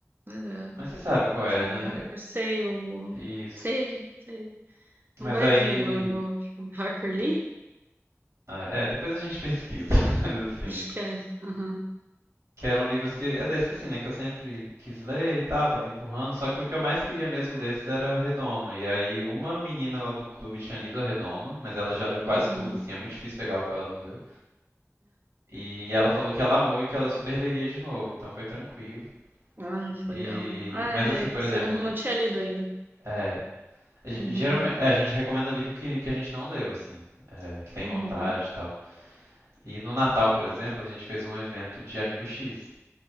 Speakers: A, on the right (about 40°); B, on the right (about 75°).
A: nada,
B: Mas você sabe qual é,
A: Charlie
B: né?
A: Harper,
B: É,
A: sei, o...
B: Isso.
A: sei, sei. Não
B: Mas
A: vai
B: aí.
A: vir agora o nome. Harper Lee?
B: Ah, é, depois a gente pesquisa. <laughs> Mas assim.
A: Acho que é. Uhum.
B: Que eram livros que. É desse assim, né? Que eu sempre quis ler e tal, tava empurrando. Só que o que eu mais queria mesmo desses era a Redoma. E aí uma menina lá do clube tinha lido a Redoma, mas ela já leu quase
A: Uhum.
B: tudo, assim, é muito difícil pegar o que ela não leu. E ela falou que ela amou e que ela super leria de novo, então foi tranquilo.
A: Ai, que
B: E,
A: legal. Ah,
B: mas
A: é,
B: assim,
A: é,
B: por
A: você
B: exemplo,
A: não, não tinha lido ainda.
B: é, ge-
A: Uhum,
B: geralmente, é, a gente recomenda livro que, que a gente não leu, assim, é, que tem
A: uhum.
B: vontade e tal. E no Natal, por exemplo, a gente fez um evento de Amigo X.